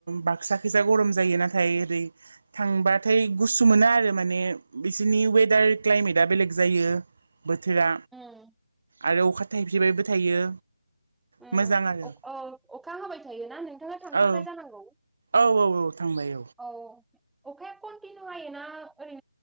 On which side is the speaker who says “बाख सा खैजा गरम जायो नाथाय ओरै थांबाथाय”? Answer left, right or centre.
Right